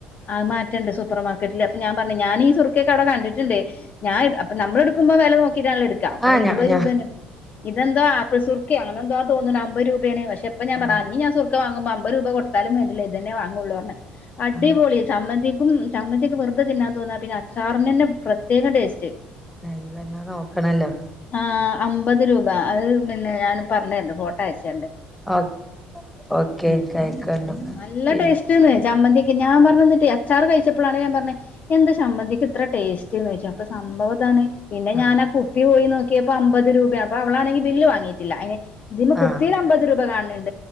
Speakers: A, on the left; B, in the centre.
A: അത് മാറ്റണ്ട് സൂപ്പർ മാർക്കറ്റില് അപ്പ ഞാൻ പറഞ്ഞ് ഞാനീ സുറുക്കെക്കെ അവടെ കണ്ടിട്ടിണ്ട് ഞായ് അപ്പോ നമ്മള്ട് ക്കുമ്പ വെല നോക്കിട്ടാൺല്ലോ എട്ക്കാ അപ്പൊ
B: ആ
A: ഇരുവഅ്
B: ഞാ ഞാൻ
A: രൂപന്നേ ഇതെന്തോ ആപ്പിൾ സുർക്കെ അങ്ങനന്തോ തോന്ന്ണ് അമ്പഅ് രൂപേണ് പക്ഷെപ്പഞാൻ
B: ആഹ്
A: പറ ഇഞ്ഞിഞ്ഞാസുർ ക്കവാങ്ങുമ്പോ അമ്പത് രൂപ കൊടുത്താലും വേണ്ടില്ല ഇതന്നെ വാങ്ങൊള്ളൂർണ് അടിപൊളി
B: ആഹ്
A: സമ്മന്തിക്കും ചമ്മന്ത്യക്കെ വെർതെ തിന്നാതോന്നാ പിന്നെ അച്ചാർനന്നെ പ്രത്യേകം ടേസ്റ്റ്
B: നൈ വന്നാ നോക്ണല്ലോ
A: ആഹ് അമ്പത് രൂപ അത് പിന്നെ ഞാന് പർഞ്ഞേര്ണ്ട് ഫോട്ടോ അയച്ച
B: ഓ ഓക്കെ
A: <unintelligible>
B: എനിക്ക് അയക്കണ്ടു
A: നല്ല
B: പിന്നെ
A: ടേസ്റ്റ് സ്റ്റ് ചമ്മന്തിക്ക് ഞാൻ പറഞ് നിട്ടെയ് അച്ചാർ കഴിച്ചപ്പളാണ് ഞാപർഞ്ഞ എന്താ ഷമ്മന്തിക്ക് ഇത്ര ടേ ജ് നോയ്ച്ചു അപ്പ സംഭവതാണ് പിന്നെ
B: ആഹ്
A: ഞാനാ പു പ്യൂ പോയി നോക്കിയപ്പോ അമ്പത് രൂപയാ അപ്പോ അവളാണെങ്കി ബില്ല് വാങ്ങിറ്റില്ല അയ്ന് ഇതിമ്മെ കുപ്പീല്
B: ആഹ്
A: അമ്പത് രൂപ കാൺണ് ണ്ട്